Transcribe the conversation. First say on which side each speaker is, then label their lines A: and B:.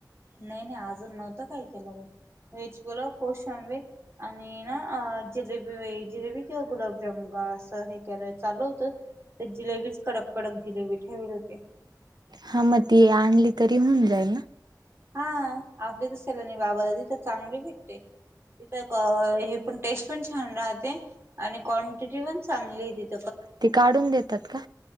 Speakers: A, on the right (about 35°); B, on the right (about 70°).
A: नाही नाही अजून नव्हतं काय केलं व वेच बोल कोशिंबीर. आणि ना अ जिलेबी जिलेबी किव गुलाबजाम घास. हेय चालू होत तर जिलेबीच कडक कडक जिलेबी ठेवल होते.
B: हा मग त आणली तरी होऊन जाई ना.
A: हा आपली त सल नाही बाबालादी तर चांगली भेटते. तिथ हे पण टेस्ट पण छान राहते आणि क्वांटिटी पण चांगली आहे तिथे.
B: ते काढून देतात का.